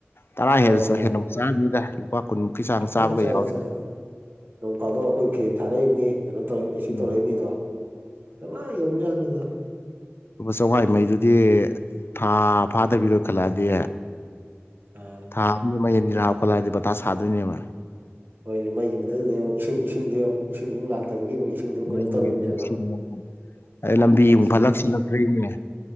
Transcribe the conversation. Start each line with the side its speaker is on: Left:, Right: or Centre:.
Left: ꯇꯔꯥ
Right: ꯍꯣꯏ
Left: ꯍꯦꯜꯂꯁꯨ
Right: ꯍꯣꯏ
Left: ꯍꯦꯟꯅ ꯑꯃꯨꯛ ꯆꯥꯔꯝꯅꯤꯗ ꯋꯥ ꯀꯨꯟꯃꯨꯛꯀꯤ ꯆꯥꯡ ꯆꯥꯕꯒ
Right: ꯑꯦ ꯆꯥꯏ
Left: ꯌꯥꯎꯔꯦ
Right: ꯆꯥꯏꯗ ꯅꯣꯡ ꯐꯥꯗꯣꯛ ꯑꯩꯈꯣꯏ ꯐꯦꯟ ꯊꯥꯔꯛꯏꯕꯅꯤ ꯀꯩꯅꯣ ꯇꯧꯔꯛꯏꯅꯤ ꯑꯦꯁꯤ
Left: ꯎꯝ
Right: ꯇꯧꯔꯛꯏꯕꯅꯤꯗꯣ ꯂꯃꯥꯏ ꯌꯧꯕꯖꯥꯠꯅꯤꯗ
Left: ꯂ ꯆꯋꯥꯏ ꯃꯩꯗꯨꯗꯤ ꯊꯥ ꯐꯥꯗꯕꯤꯔꯣ ꯈꯜꯂꯛꯑꯗꯤ
Right: ꯑꯥ
Left: ꯊꯥ ꯑ ꯃ ꯑꯟꯅꯤꯔ ꯍꯥꯞꯀꯠꯂꯛꯑꯗꯤ ꯕꯇꯥ ꯁꯥꯗꯣꯏꯅꯦꯕ
Right: ꯍꯣꯏꯅꯦ ꯃꯩꯒꯤ ꯃꯊꯛꯇꯗ ꯌꯦꯉ ꯏꯁꯤꯡ ꯏꯁꯤꯡꯗꯤ ꯌꯦꯉꯣ ꯏ ꯁꯨꯝ ꯂꯥꯛꯇꯕꯒꯤ ꯑꯃꯨꯛ ꯏꯁꯤꯡꯗꯨꯝ ꯀꯩꯅꯣ
Left: ꯃꯩ
Right: ꯇꯧꯔꯤꯕꯅꯦꯕ
Left: ꯌꯦ ꯏꯁꯤꯡ ꯑꯗꯩ ꯂꯝꯕꯤ
Right: ꯑꯁ
Left: ꯑꯃꯨ ꯐꯠꯂꯛ
Right: ꯄꯩꯁꯥ
Left: ꯁꯤꯜꯂꯛꯇ꯭ꯣꯏꯅꯦ